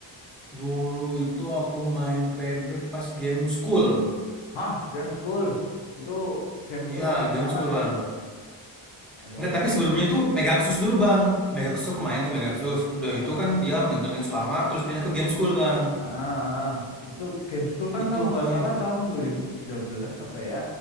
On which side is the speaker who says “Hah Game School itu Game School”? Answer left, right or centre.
Left